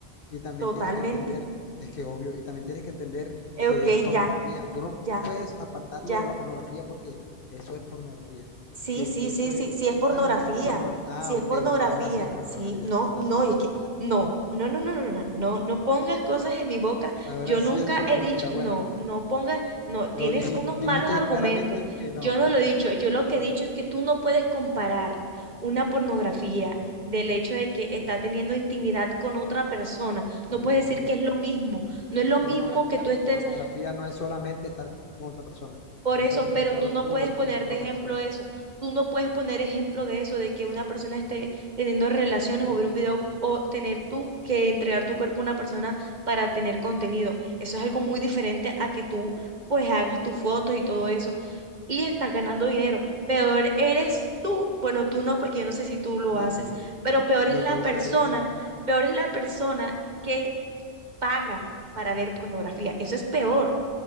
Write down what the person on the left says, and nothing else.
y también
tienes que entender, es que obvio, y también tienes que entender
que
es pornografía.
Tú no
puedes apartarlo
de la pornografía porque eso es pornografía,
que
eso
es
totalmente
pornografía. Ah,
ok,
ahora sí es pornografía,
ahora
sí es pornografía,
ahora
sí
es pornografía.
Bueno,
lo dijiste,
dijiste
claramente que no.
Bueno,
es
lo
mismo.
Pornografía,
pornografía no es solamente estar con otra persona.
Busca
el significado
en Google
y no te
va a
aparecer eso.
pornografía.
Me,
me
causa
risa,